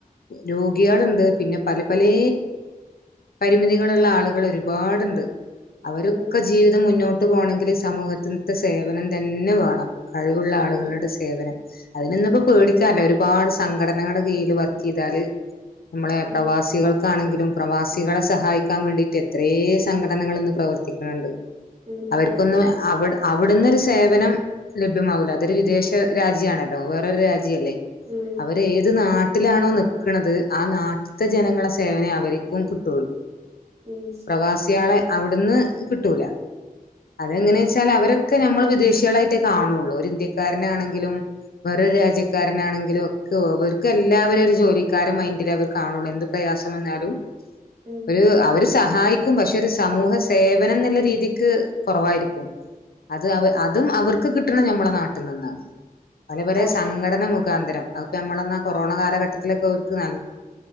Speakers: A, on the left; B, on the right.
A: രോഗികളുണ്ട്. പിന്നെ പലെ പലേ പരിമിതികളുള്ള ആളുകൾ ഒരുപാടുണ്ട്. അവരൊക്കെ
B: ഉം
A: ജീവിതം മുന്നോട്ട് പോണങ്കിൽ സമൂഹത്തിൽത്തെ സേവനം തന്നെ വേണം. കഴിവുള്ള ആളുകളുടെ
B: ഉം
A: സേവനം അതിനൊന്നും ഇപ്പോ പേടിക്കാല്ല ഒരുപാട് സംഘടനകളുടെ കീഴിൽ വർക്കീതാല് നമ്മളെ
B: ഉം
A: പ്രവാസികൾക്കാണെങ്കിലും പ്രവാസികളെ സഹായിക്കാ വേണ്ടിട്ട് എത്രേ സംഘടനകൾ ഇന്ന് പ്രവർത്തിക്ക്ണ് ണ്ട്
B: ഉം
A: അവർക്കൊന്നും
B: ഉം
A: അവിടെ അവ്ടുന്നൊരു സേവനം ലഭ്യമാവൂ ല്ല അതൊരു വിദേശ രാജ്യണല്ലോ വേറൊരു രാജ്യല്ലേ
B: ഉം
A: അവര് ഏത് നാ ട്ട്ലാണോ നിക്ക്ണത് ആ നാട്ട്ത്തെ ജനങ്ങളെ സേവനേ അവര്ക്കും കിട്ടൊള്ളൂ.
B: ഉം
A: പ്രവാസേളെ അവ്ട്ന്ന് കിട്ടൂല അതെങ്ങനേച്ചാൽ
B: ഉം
A: അവരെ ഒക്കെ നമ്മൾ വിദേശേളായിട്ടേ കണൊള്ളൂ ഒര് ഇന്ത്യക്കാരനാണെങ്കിലും വേറൊരു രാജ്യക്കാരനാണെങ്കിലും ഒക്ക അവർക്ക് എല്ലാവരും ഒരു ജോലിക്കാര മൈൻഡില് അവർ കാണൊള്ളൂ എന്ത് പ്രയാസം വന്നാലും
B: ഉം
A: ഒരു അവര് സഹായിക്കും പക്ഷെ ഒരു സമൂഹ സേവനം ന്ന്ള്ള രീതിക്ക് കൊറവായിരിക്കും അത് അവ അതും
B: ഉം
A: അവർക്ക് കിട്ട്ണ ഞമ്മള നാട്ട് നിന്നാണ് പല പലേ
B: അതെ
A: സംഘടന മുഖാന്തരം അത്പ്പ നമ്മളെന്നാ കൊറോണ കാലഘട്ടത്തിലൊക്കെ ഓര്ക്ക് ന